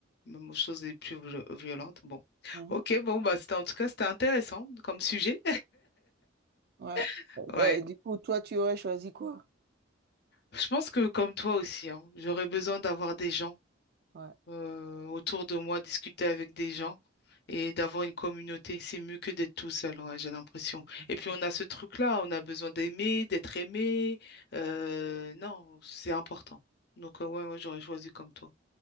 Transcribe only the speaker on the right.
Mhm.
Ouais.
Eh Ben,
du coup, toi, tu aurais choisi quoi?
Ouais.
Mhm.